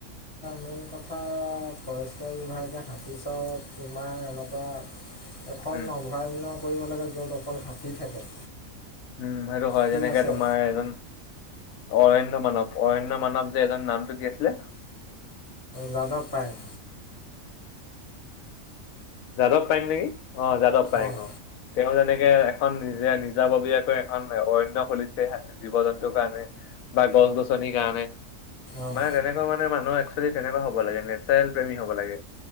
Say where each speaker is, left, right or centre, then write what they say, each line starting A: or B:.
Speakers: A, on the left (about 20°); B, on the left (about 80°).
A: মেইন কথা ফৰেষ্টৰ বিভাগে শান্তি চব তোমাৰ এনেকুৱা এখন
B: উম
A: অভৰন্য য'ত অকল হাতী থাকে।
B: উম, সেইটো হয়,
A: ঠিক
B: যেনেকে
A: আছে
B: তোমাৰ এজন অৰণ্য মানৱ অৰণ্য মানৱ যে এজন নামটো কি আছিলে?
A: যাদৱ পায়েং।
B: যাদৱ পাৰিম নেকি অ' যাদৱ পায়েং
A: অঁ
B: অ'। তেওঁ যেনে এনেকে এখন নিজে নিজাববীয়াকৈ এখন অৰণ্য খুলিছে জীৱ জন্তুৰ কাৰণে। বা গছ গছনিৰ কাৰণে।
A: অঁ
B: মানে তেনেকুৱা মানে মানুহ এক্সোলি তেনেকুৱা হ'ব লাগে নেচাৰেল প্ৰেমী হ'ব লাগে।